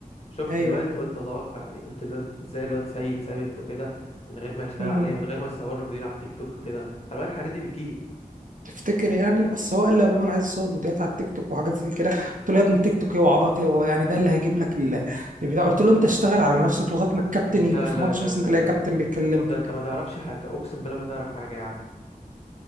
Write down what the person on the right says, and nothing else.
ايوه
امم
تفتكر يعني اصل هو قال لي يا بابا انا عايز اصور فيديوهات على التيك توك وحاجات زي كده قلت له يا ابني التيك توك ايه وعبط ايه هو يعني ده اللي هيجيب لك ال- البتاع قلت له انت اشتغل على نفسك لغايه ما الكابتن
يبقى في
ماتش
مثلا
تلاقي
كابتن
بيتكلمك